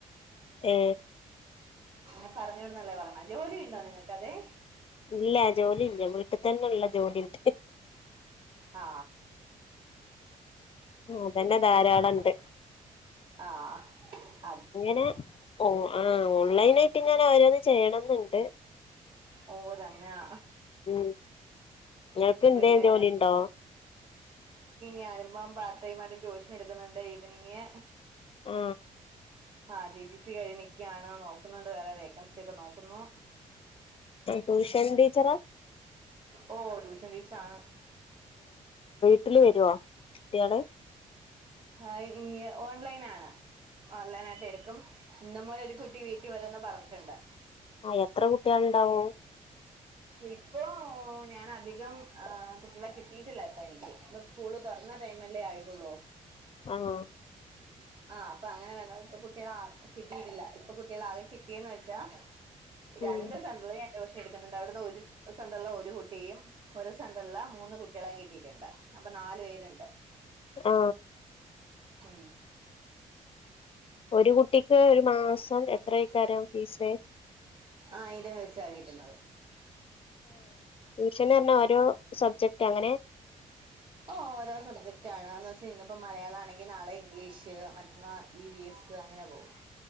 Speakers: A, on the left (about 45°); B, on the right (about 40°).
A: ഏ
B: ൻ പറഞ്ഞോടെ നല്ലത പറഞ്ഞ ജോലി ഉണ്ടോ നിങ്ങക്ക് അതെ
A: ഇല്ല ജോലില്ലഞ വീട്ടിൽ തന്നെ ഉള്ള ജോലിണ്ട്
B: ആ
A: അതന്നെ ധാരാളം ഉണ്ട്
B: ആ
A: ഇങ്ങനെ ഓ ആ ഓൺലൈന ആയിട്ട് ഇങ്ങനെ വരന്ന് ചെയ്യണംന്നുണ്ട്
B: ഓ തന്നെയാ
A: ഉ നിങ്ങൾക്ക് എന്തേ
B: പിന്നെ
A: ജോലിുണ്ടോ
B: ഞാനിമ്മ പാത്രമായിട്ട് ട്യൂഷൻ എടുക്കുന്നുണ്ട് ഈവെനിംഗ്
A: ആ
B: ആ ടി. ടി. സി കഴിഞ്ഞ ക നിക്കാണ് നോക്കുന്നുണ്ട് വേറെ വേക്കൻസി ഒക്കെ നോക്കുന്നു
A: ട്യൂഷൻ ടീച്ചറ
B: ഓ ട്യൂഷൻ ടീച്ചർ ആണ്
A: വീട്ടിലെ വരുവോ കുട്ടികള്
B: ആ ഇനി ഓൺലൈൻ ആണ് ഓൺലൈന ആയിട്ട് എടുക്കും ഇന്ന് മുതൽ ഒരു കുട്ടി വീട്ടിൽ വരമന്ന് പറഞ്ഞിട്ടുണ്ട്
A: ആ എത്ര കുട്ടികൾുണ്ടാവും
B: ഇപ്പൊ ഞാൻ അധികം കുട്ടികളെ കിട്ടിയിട്ടില്ല ഇപ്പ എനിക്ക് ഇപ്പ സ്കൂളക്കെ അന്ന ടൈമല്ലേ ആയിട്ടുള്ളൂ
A: ആഹ്
B: ആഹ് അപ്പൊ അങ്ങനെ വന്ന ഇപ്പൊ കുട്ടികൾ ആ കിട്ടിയിട്ടില്ല ഇപ്പൊ കുട്ടികൾ ആകെ കിട്ടിയന്ന് വെച്ചാ രണ്ട്
A: ഉം
B: സ <unintelligible> ണ്ട് അവിടു ഒരു സെന്ററ ഒരു കുട്ടിയും ഒരു സെന്ററില മൂന്ന് കുട്ടികളും കിട്ടിയിട്ടുണ്ട് അപ്പൊ നാ പേരുണ്ട്
A: ആ
B: ആ
A: ഒരു കുട്ടിക്ക് ഒരു മാസം എത്രക്കേരം ഫീസ്
B: ആ ഇലം വെച്ചക്കിട്ടുന്നത്
A: ട്യൂഷൻ പറഞ്ഞ ഓരോ സബ്ജക്ട് അങ്ങനെ
B: ഓ ഓരോ സബ്ജക്റ്റ് ആാണ്ന്ന് വെച്ച ഇന്നിപ്പോൾ മലയാള ആണെങ്കിൽ നാളെ ഇംഗ്ലീഷ് മറ്റന്നാ ഇ വി എസ് അങ്ങനെ പോവും